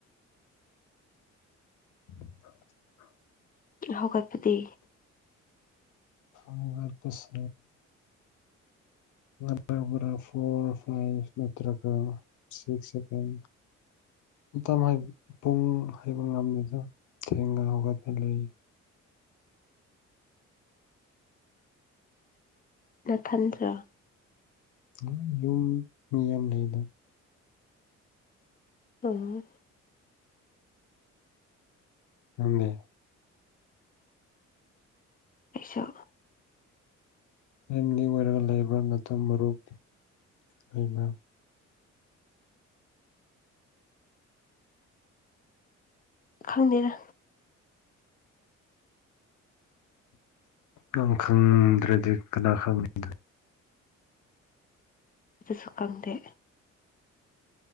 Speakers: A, on the left; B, on the left.
A: <inaudible>
B: ꯍꯧꯒꯠꯄꯗꯤ
A: ꯍꯧꯒꯠꯄꯁꯦ ꯍꯧꯒꯠꯄꯅ ꯐꯣꯔ ꯐꯥꯏꯚ ꯅꯠꯇ꯭ꯔꯒ ꯁꯤꯛꯁ ꯁꯕꯦꯟ ꯃꯇꯝ ꯄꯨꯡ ꯍꯥꯏꯕ ꯉꯝꯗꯦꯗ ꯊꯦꯡꯅ ꯍꯧꯒꯠꯄ ꯂꯩ
B: ꯅꯊꯟꯗ꯭ꯔ
A: ꯎꯝ ꯌꯨꯝ ꯃꯤ ꯌꯥꯝ ꯂꯩꯗ
B: ꯑꯣ
A: ꯅꯪꯗꯤ
B: ꯑꯩꯁꯨ
A: ꯐꯦꯃꯤꯂꯤ ꯑꯣꯏꯔꯒ ꯂꯩꯕꯔ ꯅꯠꯇꯔꯒ ꯃꯔꯨꯞ ꯂꯩꯕꯔ
B: ꯈꯪꯗꯦꯗ
A: ꯅꯪ ꯈꯪꯗ꯭ꯔꯗꯤ ꯀꯅꯥ ꯈꯪꯅꯤ ꯑꯗꯨꯗꯤ
B: ꯑꯗꯨꯁꯨ ꯈꯪꯗꯦ